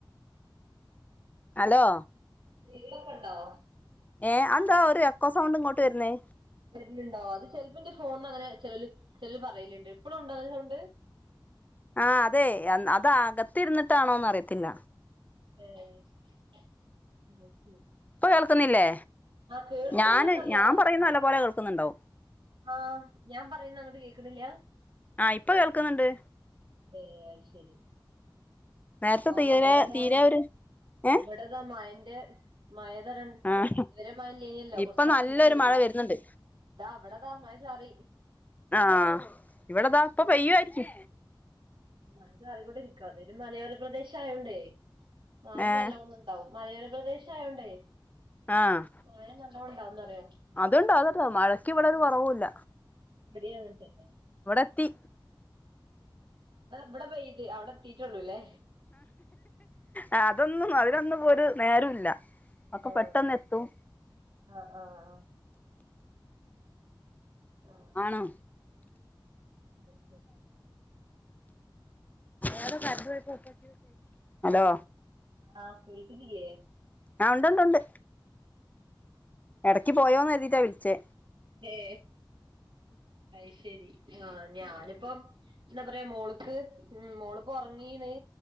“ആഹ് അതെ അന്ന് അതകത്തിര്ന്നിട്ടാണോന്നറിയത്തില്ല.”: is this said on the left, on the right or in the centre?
Left